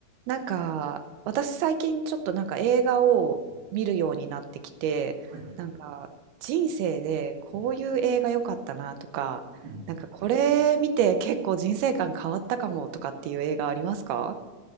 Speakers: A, on the right; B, on the right.
A: なんか私最近ちょっとなんか映画を見るようになってきてなんか人生でこういう映画良かったなとかなんかこれ見て結構人生観変わったかもとかっていう映画ありますか
B: うんはいはいはい。うん。うん。